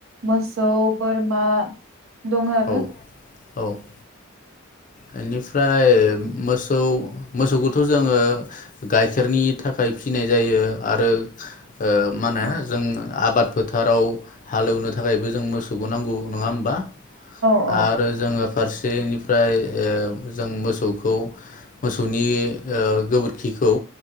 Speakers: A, on the right (about 70°); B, on the left (about 40°).
A: मोसौ बोरमा। दङ आरो।
B: औ औ <inaudible> बेनिफ्राय <inaudible> मोसौ मोसौखौथ जोङो गाइखेरनि थाखाय फिनाय जायो आरो। ओ मा होनो
A: औ
B: जों आबाद फोथाराव हालेवनो थाखायबो जों मोसौखौ नांगौ नङा होमबा
A: औ
B: आरो जोङो फारसे बेनिफ्राय ओ जों मोसौखौ मोसौनि ओ गोबोरखिखौ